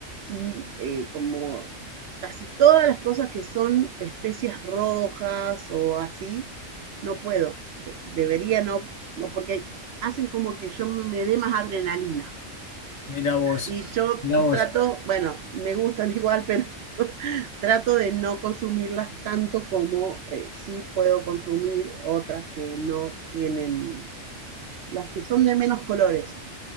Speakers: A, on the right (about 65°); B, on the left (about 35°).
A: mm, eh, como casi todas las cosas que son especias rojas o así, no puedo, de- debería no, no, porque hacen como que yo me dé más adrenalina.
B: mira vos,
A: Y yo
B: mira vos.
A: trato, bueno, me gustan igual, pero <laughs> trato de no consumirlas tanto como eh, sí puedo consumir otras que no tienen, las que son de menos colores,